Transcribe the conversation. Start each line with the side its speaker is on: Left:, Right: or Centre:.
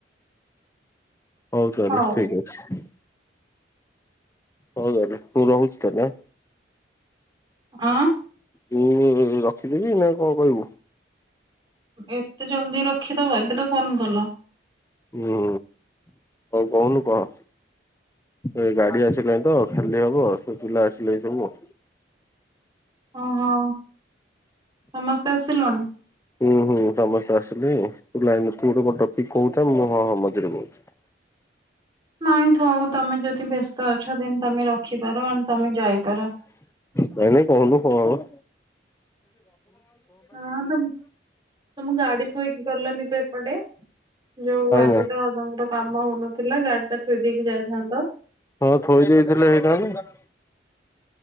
Left: ହୋଉ ତାହଲେ
Right: ହଉ
Left: ଠିକ୍ ଅଛି। ହୋଉ ତାହେଲେ ମୁଁ ରହୁଛି ତା ହେଲେ?
Right: ଅଁ
Left: ମୁଁ ରଖିଦେବି ନା କଣ କହିବୁ?
Right: ଏତେ ଜଲ୍ଦି ରଖିଦବ ଏବେ ତ ଫୋନ କଲ?
Left: ହୁଁ ଆଉ କହୁନୁ କହ? ଏଇ ଗାଡି ଆସିଲାଣିି ତ ଖାଲି ହବ ସେ ପିଲା ଆସିଲେଣି ସବୁ।
Right: ହଁ ହଁ ସମସ୍ତେ ଆସିଲଣି?
Left: ହୁଁ, ହୁଁ। ସମସ୍ତେ ଆସିଲେ ତୁ ଲାଇନରେ ତୁ ଗୋଟେ କଣ ଟପିକ୍ କହୁଥା, ମୁଁ ହଁ ହଁ ମଝିରେ କହୁଛି।
Right: ନାଇଁ, ଥାଉ ତମେ ଯଦି ବ୍ୟସ୍ତ ଅଛ ଦେନ୍ ତମେ ରଖିପାର, ଆଣ୍ଡ୍ ତମେ ଯାଇପାର?
Left: ନାଇଁ ନାଇଁ କହୁନୁ କଣ ହବ? <inaudible>
Right: ହଁ ତମ ତମ ଗାଡି ଥୋଇକି ଗଲନି ତ ଏପଟେ? ଯୋଉ ଆଜି
Left: ନାଇଁ
Right: ତ ତାଙ୍କର କାମ ହଉନଥିଲା, ଗାଡିଟା ଥୋଇ ଦେଇକି ଯାଇଥାନ୍ତ?
Left: ହଁ ଥୋଇ ଦେଇଥିଲେ ହେଇଥାନ୍ତା